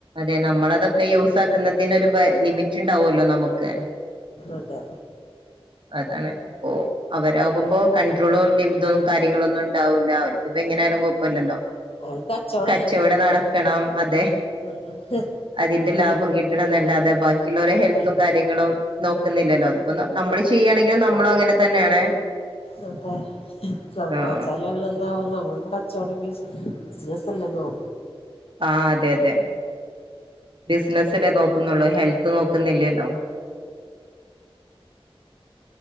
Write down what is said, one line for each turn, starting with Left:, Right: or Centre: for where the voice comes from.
Right: തെ നമ്മളതൊക്കെ യൂസാക്കുന്നതിനൊരു പ ലിമിറ്റ് ഉണ്ടാവോല്ലോ നമുക്ക്
Left: അതെ
Right: അതാണ് ഓ അവരാകുമ്പോ കൺണ്ട്രോളോ ലി വിതൊന്നും കാര്യങ്ങളൊന്നും ഉണ്ടാവൂല്ല അവർ ഇത്പ്പ എങ്ങനെയാലും കുഴപ്പല്ലല്ലോ
Left: അത് കച്ചോടല്ലേ
Right: കച്ചവടം നടക്കണം അതെ
Left: ആഹ്
Right: അതിന്റെ ലാഭം കിട്ടണം എന്നല്ലാതെ ബാക്കിള്ളോരെ ഹെൽത്തും
Left: ആഹ്
Right: കാ ര്യങ്ങളും നോക്കുന്നില്ലല്ലോ അത്പ്പ ന നമ്മള് ചെയ്യുകയാണെങ്കിലും നമ്മള് അങ്ങനെ തന്നെയാണ്
Left: <unintelligible>
Right: ആഹ്
Left: വച്ചാലും അങ്ങ ആവും നമ്മളിപ്പോ കച്ചവടം ബ ബിസിനസ്സല്ലല്ലോ
Right: ആ അതെ അതെ ബിസിനസ്സല്ലേ നോക്കുന്നോള്ളൂ ഹെൽത്ത് നോക്കുന്നില്ലല്ലോ